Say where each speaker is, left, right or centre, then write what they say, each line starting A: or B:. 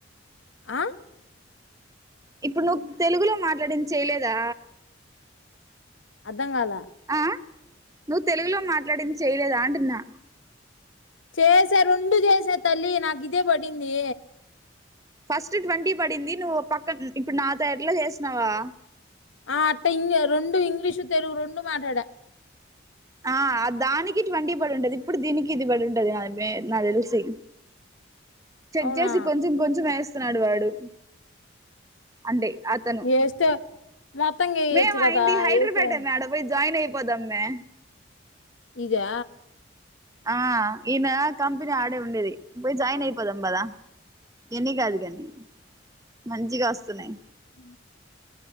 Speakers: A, on the left (about 75°); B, on the right (about 15°).
A: ఆ
B: ఇప్పుడు నువ్వు తెలుగులో మాట్లాడిన చేయలేదా
A: అర్థం కాదా
B: ఆ నువ్వు తెలుగులో మాట్లాడింది చేయలేదు అంటున్నా
A: చేసా రెండు చేసా తల్లి నాకు ఇదే పడింది
B: ఫస్ట్ ట్వంటీ పడింది నువ్వు పక్క ఇప్పుడు నా తట్లా చేసినవా
A: ఆ అట్ట ఇ రెండు ఇంగ్లీషు తెలుగు రెండు మాట్లాడ
B: ఆ దానికి ట్వంీ పడి ఉంటది ఇప్పుడు దీనికి ఇది పడి ఉంటది నా నా తెలిసి చెక్
A: అవునా
B: చేసి కొంచెం కొంచెం వేస్తున్నాడు వాడు అంటే అతను
A: ఏస్తే మొత్తంగా వేయచ్చు
B: మేము అయింది
A: కదా
B: హైదరాబాద్
A: ఏస్తే
B: అమ్మాడ పోయి జాయిన్ అయిపోదమ్మే
A: ఇదా
B: ఆ ఈయన కంపెనీ ఆడే ఉండేది పోయి జాయిన్ అయిపోద అంబదా ఎన్ని కాదు కానీ మంచి కాస్తన్నాయి
A: అ